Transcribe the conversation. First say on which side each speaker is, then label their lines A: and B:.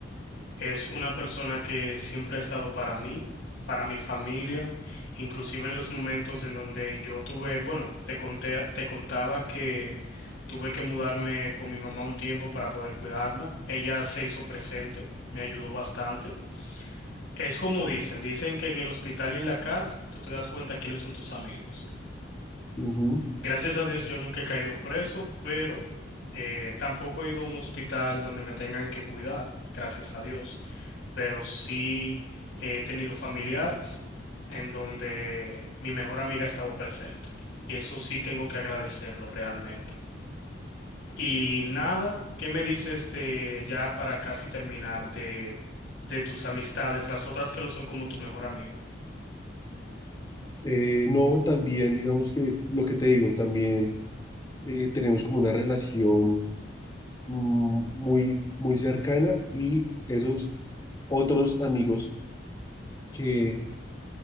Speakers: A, on the left; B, on the left.
A: Es una persona que siempre ha estado para mí, para mi familia, inclusive en los momentos en donde yo tuve, bueno, te conté, te contaba que tuve que mudarme con mi mamá un tiempo para poder cuidarla. Ella se hizo presente, me ayudó bastante. Es como dicen, dicen que en el hospital y en la cárcel tú te das cuenta quiénes son tus amigos.
B: Ujú.
A: Gracias a Dios yo nunca he caído preso, pero eh, tampoco he ido a un hospital donde me tengan que cuidar, gracias a Dios, pero sí he tenido familiares en donde mi mejor amiga ha estado presente. Y eso sí tengo que agradecerlo realmente. Y nada, ¿qué me dices de ya para casi terminar de, de tus amistades, las otras que no son como tu mejor amigo?
B: Eh, no, también digamos que lo que te digo, también eh, tenemos como una relación mm, muy, muy cercana y esos otros amigos que,